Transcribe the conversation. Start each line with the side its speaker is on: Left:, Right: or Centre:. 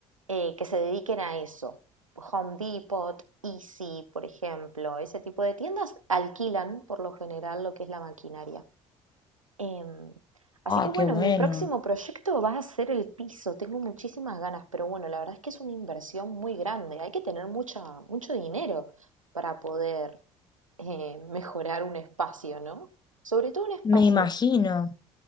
Right: eh, que se dediquen a eso. Home Depot, Easy, por ejemplo, ese tipo de tiendas alquilan por lo general lo que es la maquinaria. Em, así
Left: Ah,
Right: que bueno,
Left: qué bueno.
Right: mi próximo proyecto va a ser el piso. Tengo muchísimas ganas, pero bueno, la verdad es que es una inversión muy grande. Hay que tener mucha, mucho dinero para poder eh, mejorar un espacio, ¿no? Sobre todo un espacio.
Left: Me imagino.